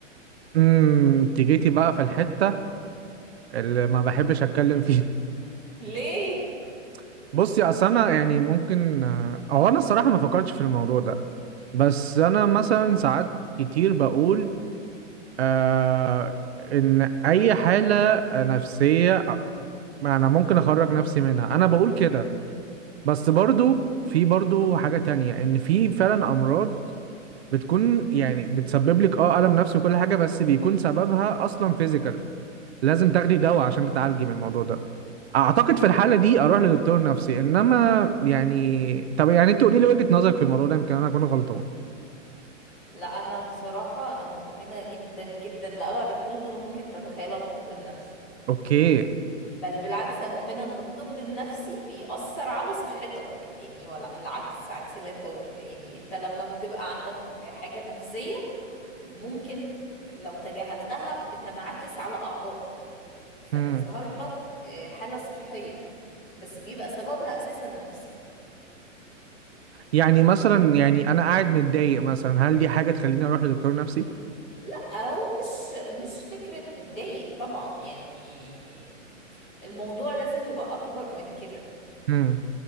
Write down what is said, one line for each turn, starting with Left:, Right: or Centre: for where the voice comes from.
Right: امم انت جيتي بقى في الحتة اللي ما بحبش اتكلم فيها
Centre: ليه
Right: <laughs> بصي اصل انا يعني ممكن آه، او انا الصراحة ما فكرتش في الموضوع ده بس انا مثلا ساعات كتير بقول آه، ان اي حالة نفسية آه، انا ممكن اخرج نفسي منها انا بقول كده بس برضو في برضو حاجة تانية ان في فعلا امراض بتكون يعني بتسبب لك اه الم نفسي وكل حاجة بس بيكون سببها اصلا فيزيكال لازم تاخدي دواء
Centre: مم.
Right: عشان تتعالجي من الموضوع ده اعتقد في الحاله دي اروح لدكتور نفسي انما يعني طب يعني انت قولي لي وجهه نظرك في الموضوع ده يمكن انا اكون غلطان
Centre: لا انا بصراحه انا مؤمنه جدا جدا لابعد الحدود اللي ممكن تتخيلها بالطب النفسي
Right: اوكي
Centre: بل بالعكس انا مؤمنه ان الطب النفسي بيأثر على صحتك يعني ولا العكس عكس اللي انت قلته يعني انت لما بتبقى عندك حاجه نفسيه ممكن لو تجاهلتها بتنعكس على أعضائك فتظهر
Right: امم
Centre: لك آه، حالة صحية بس بيبقى سببها أساسا نفسي
Right: يعني مثلا يعني انا قاعد متضايق مثلا هل دي حاجه تخليني اروح لدكتور نفسي
Centre: لا هو مش مش فكرة متضايق طبعا يعني الموضوع لازم يبقى أكبر من كده
Right: امم